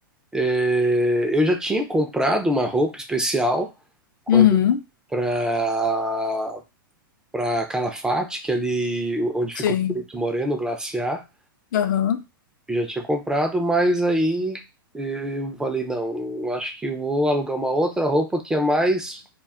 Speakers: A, in the centre; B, on the left.
A: eh, eu já tinha comprado uma roupa especial quando
B: uhum,
A: para para Calafate, que é ali onde fica
B: sim,
A: o Perito Moreno, o glaciar.
B: aham.
A: Eu já tinha comprado, mas aí eh, eu falei, não, eu acho que eu vou alugar uma outra roupa que é mais